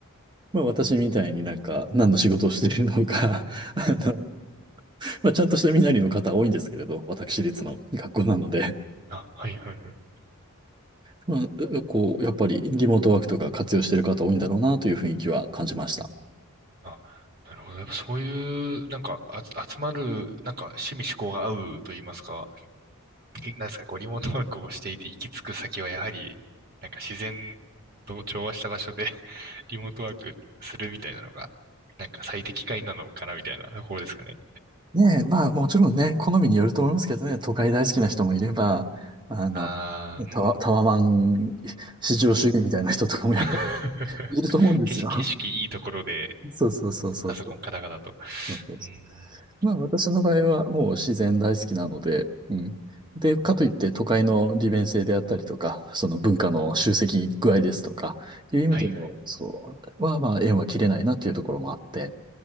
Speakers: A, on the right (about 20°); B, on the right (about 40°).
A: まあ、私みたいになんか何の仕事をしているのか、<laughs> あの、まあ、ちゃんとした身なりの方多いんですけれど、私立の学校なので。
B: あ、はいはいはい。
A: まあ、うこう、やっぱりリモートワークとか活用してる方多いんだろうなという雰囲気は感じました。
B: あ、なるほど。やっぱそういう、なんか、あ、集まる、なんか、趣味嗜好が合うと言いますか。ぎなんですか、こう、リモートワークをしていて行き着く先はやはり、なんか自然と調和した場所で <laughs> リモートワークするみたいなのが、なんか最適解なのかなみたいなところですかね。
A: ねえ、まあもちろんね、好みによると思いますけどね、都会大好きな人もいれば、あの、
B: あー、
A: ねタワ、
B: うん。
A: タワマン至上主義みたいな人とかもやっぱ
B: <laughs>
A: いると思うんですよ。
B: 景色、景色いいところで、
A: <laughs> そうそうそうそうそう。
B: パソコンカタカタと。
A: そうそう
B: うん。
A: まあ私の場合はもう自然大好きなので、うん。で、かといって都会の利便性であったりとか、その文化の集積具合ですとか、いう意味での、
B: はいはい。
A: そう、はまあ縁は切れないなっていうところもあって、